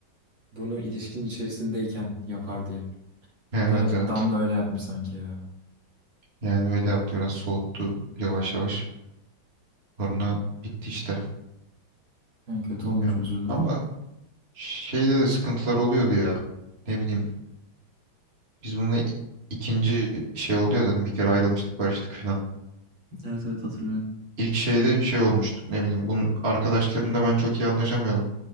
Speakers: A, on the right (about 60°); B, on the right (about 30°).
A: bunu ilişkinin içerisindeyken yapar diye.
B: Evet
A: Birazcık
B: evet.
A: Damla öyle yapmış sanki ya.
B: Yani öyle yaptı biraz soğuttu yavaş yavaş. Sonra bitti işte.
A: Yani kötü
B: Bilmiyorum.
A: olmuş üzüldüm.
B: Ama şeyde de sıkıntılar oluyordu ya. Ne bileyim. Biz bununla i- ikinci şey oldu ya zaten bir kere ayrılmıştık barıştık falan.
A: Evet evet hatırlıyorum.
B: İlk şeyde şey olmuştu. Ne bileyim bunun arkadaşlarımla ben çok iyi anlaşamıyordum.